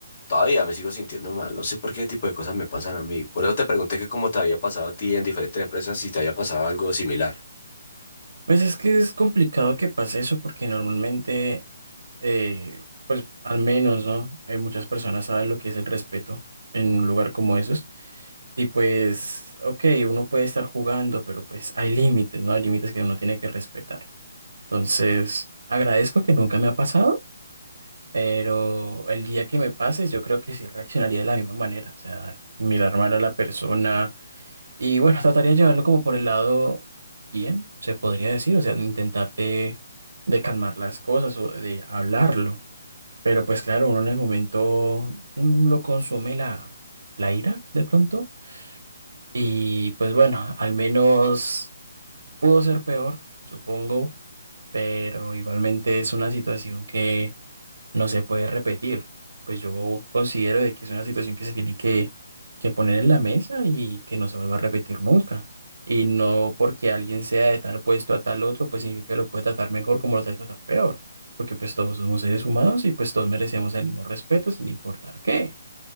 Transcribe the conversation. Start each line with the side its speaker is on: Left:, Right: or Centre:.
Left: todavía me sigo sintiendo mal. No sé por qué tipo de cosas me pasan a mí. Por eso te pregunté que cómo te había pasado a ti en diferentes empresas, si te había pasado algo similar.
Right: Pues es que es complicado que pase eso porque normalmente, eh, pues al menos, ¿no? Eh, muchas personas saben lo que es el respeto en un lugar como esos. Y pues, ok, uno puede estar jugando, pero pues hay límites, ¿no? Hay límites que uno tiene que respetar. Entonces, agradezco que nunca me ha pasado Pero el día que me pases, yo creo que sí reaccionaría de la misma manera. O sea, mirar mal a la persona. Y bueno, trataría de llevarlo como por el lado bien, se podría decir. O sea, intentar de, de calmar las cosas o de hablarlo. Pero pues claro, uno en el momento mm, lo consume la, la ira de pronto. Y pues bueno, al menos pudo ser peor, supongo. Pero igualmente es una situación que no se puede repetir. Pues yo considero de que es una situación que se tiene que, que poner en la mesa y que no se vuelva a repetir nunca. Y no porque alguien sea de tal puesto a tal otro, pues significa que lo puede tratar mejor como lo trata tratar peor. Porque pues todos somos seres humanos y pues todos merecemos el mismo respeto sin importar qué.